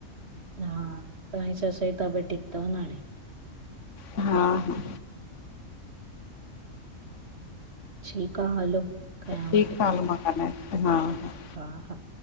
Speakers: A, on the right; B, on the left.
A: हा, तव्हांजी सस जी तबियत ठीक तव न हाणे?
B: हा हा।
A: ठीक आ हलो। कयांव
B: ठीक
A: थी
B: आ हल मां ॻालाए ती हा हा।
A: हा हा।